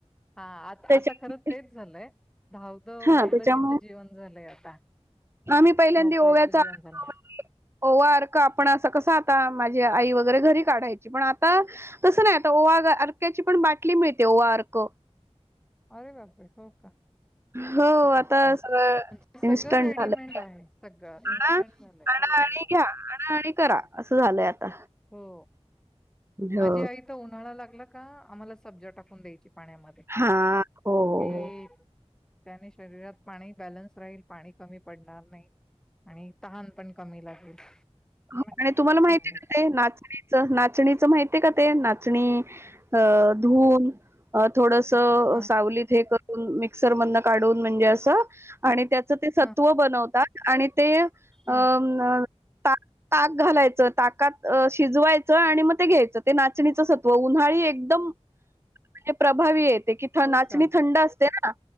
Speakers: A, in the centre; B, on the right (about 20°).
A: हा आता
B: त्याच्या
A: आता खरं तेच झालंय. धावधव
B: हा
A: दगदगीच
B: त्याच्यामुळे
A: जीवन झालंय आता.
B: आम्ही पहिल्यांदा
A: धावपळीचं
B: ओव्याचा
A: जीवन
B: अर्क
A: झालंय.
B: वैगरे, ओवा अर्क आपण असं कसा आता माझी आई वग गरे घरी काढायची. पण आता तसं नाही आता ओवा अर्क्याची पण बाटली मिळते. ओवा अर्क.
A: अरे बापरे! हो का?
B: हो
A: हं,
B: आता
A: हं.
B: सगळ
A: सगळं
B: इन्स्टंट
A: रेडीमेड
B: झालं.
A: आहे. सगळं
B: <unintelligible>
A: इन्स्टंट झालंय. हो, हो.
B: करा असं झालंय आता.
A: हो.
B: हो
A: माझी आई तर उन्हाळा लागला का आम्हाला सब्जा टाकवून द्यायची पाण्यामध्ये.
B: हा हो हो
A: ते
B: हो
A: त्याने शरीरात पाणी बॅलन्स राहील, पाणी कमी पडणार नाही, आणि तहान पण कमी लागेल.
B: हो
A: म्हटलं
B: आणि तुम्हाला माहिती
A: चांगलंय.
B: का ताई नाचणीचं? नाचणीचं माहिती का ते नाचणी अ धुवून, अ थोडस
A: हां,
B: सावलीत हे कर रुन मिक्सर मधन काढून. म्हणजे असं आणि त्याच ते
A: हां,
B: सत्व बनवतात. आणि ते अं
A: हां.
B: अ ताक ते ताक घालायचं ताकात शिजवायचं आणि मग ते घ्यायचं. ते नाचणीचं सत्व उन्हाळी एकदम म्हणजे प्रभावी आहेत. ते कि थं
A: हो
B: नाचणी
A: का?
B: थंड असते ना.